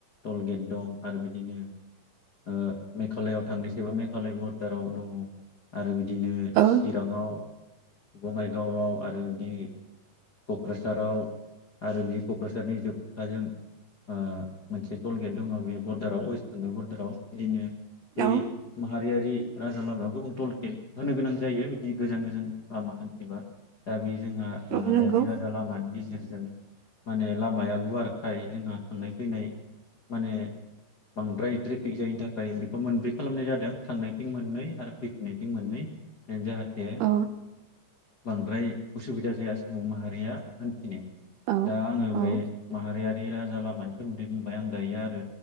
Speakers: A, on the left; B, on the right.
A: टल गेट दं आरो बिदिनो ओ मेघालआव थांनोसैबा मेघालय बरदाराव दङ। आरो बिद दिनो
B: औ
A: चिराङाव बङाइगावआव आरो बिदि क'क्राझाराव आरो बि क'क्राझारनि जोबथाजों ओ मोनसे टल गेट दङ बे बरडाराव वेस थांग्रा बरडाराव इदिनो‌ बे
B: औ
A: माहा रिआरि राजा लामायाव गोबां टल गेद होनो गोनां जायो बिदि गोजान गोजान लामा हान्थिबा दा बि जोंहा
B: औ
A: माहारिआरि
B: नंगौ
A: राजा लामानि गेजेरजों माने लामाया गुवारखाय जोंहा थांनाय फैनाय माने बांद्राय ट्रेफिक जायैनि थाखाय खौ मोनब्रै खालामनाय जादों थांनायथिं मोननै आरो फैफिननायथिं मोननै ओ जाहा थे
B: औ
A: बां फ्राय उसुबिदा जाया सुबुं माहारिया हान्थिनायाव।
B: औ
A: दा आङो
B: औ
A: बे माहारियारि राजा ला मानि सोमोन्दै बुंबाय आं दायो आरो